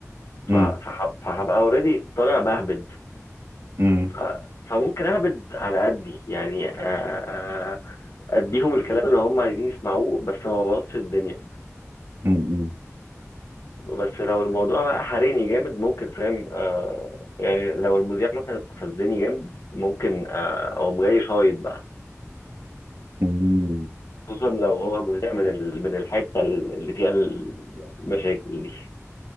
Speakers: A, on the right (about 70°); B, on the left (about 80°).
A: امم
B: ف... فح... فهبقى أوريدي طالع بهبد
A: امم
B: ف... فممكن أهبد على قدي يعني آه، آه، أديهم الكلام اللي هم عايزين يسمعوه بس ما بوظش الدنيا
A: امم
B: بس لو الموضوع بقى حرقني جامد ممكن فاهم آه يعني لو المذيع مثلا استفزني جامد ممكن آه أقوم جاي شايط بقى
A: أمم.
B: خصوصا لو هو مذيع من ال- من الحته اللي فيها المشاكل دي